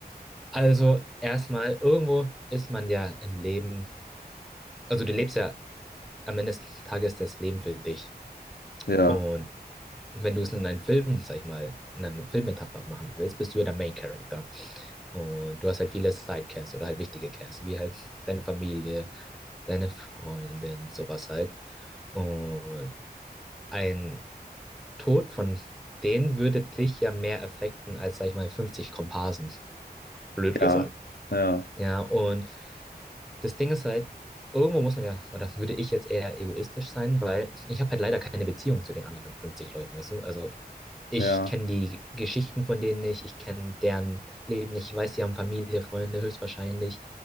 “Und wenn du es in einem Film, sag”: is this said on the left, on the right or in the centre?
Centre